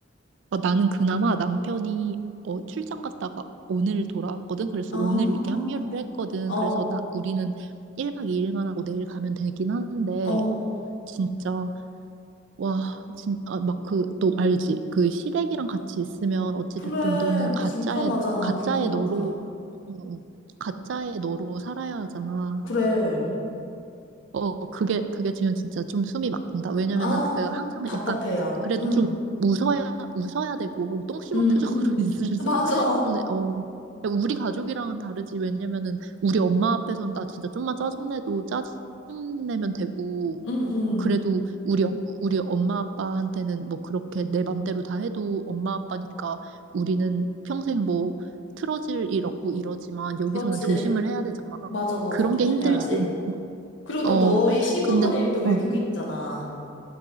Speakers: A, on the right; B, on the left.
A: 어, 나는 그나마 남편이 어, 출장 갔다가 오늘 돌아왔거든. 그래서
B: 아,
A: 오늘 이렇게 합류를 했거든.
B: 어,
A: 그래서 나, 우리는 1박 2일만 하고 내일 가면 되긴 하는데,
B: 어.
A: 진짜, 와, 진, 아, 막 그, 너 알지? 그 시댁이랑 같이 있으면 어찌됐든
B: 그래,
A: 너는 가짜의,
B: 불편하잖아,
A: 가짜의
B: 불편하잖아.
A: 너로, 어, 어, 가짜의 너로 살아야 하잖아.
B: 그래.
A: 어, 그게, 그게 지금 진짜 좀 숨이 막힌다. 왜냐면은
B: 아,
A: 그 항상
B: 답답해요.
A: 약간 그래도
B: 응,
A: 좀 웃어야, 웃어야 되고 똥 씹은
B: 응,
A: 표정으로
B: 응.
A: <laughs> 있을 수는
B: 맞아.
A: 없는데, 어, 우리 가족이랑은 다르지. 왜냐면은 우리 엄마 앞에선 나 진짜 좀만 짜증내도 짜증내면 되고,
B: 응, 응.
A: 그래도 우리, 엄- 우리 엄마 아빠한테는 뭐 그렇게 내 맘대로 다 해도 엄마 아빠니까 우리는 평생 뭐 틀어질 일 없고 이러지만 여기서는
B: 그렇지.
A: 조심을 해야 되잖아.
B: 맞아, 맞아.
A: 그런
B: 조심해야지.
A: 게 힘들지.
B: 그리고
A: 어,
B: 또 너희 시부모님
A: 근데,
B: 또 외국인이잖아.
A: 어,